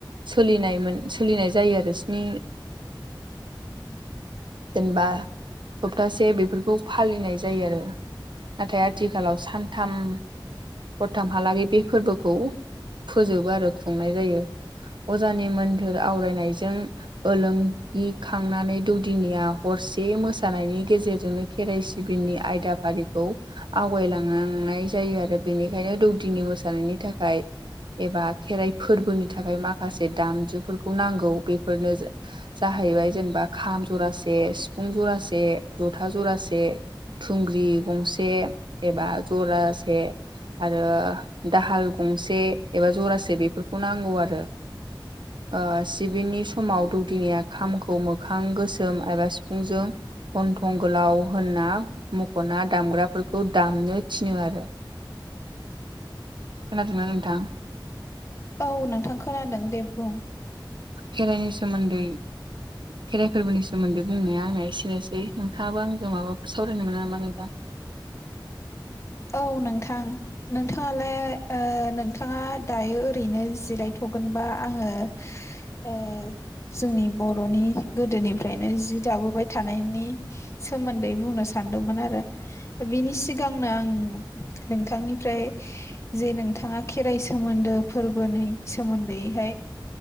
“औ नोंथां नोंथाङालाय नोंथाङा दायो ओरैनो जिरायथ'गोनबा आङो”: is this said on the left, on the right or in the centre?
Left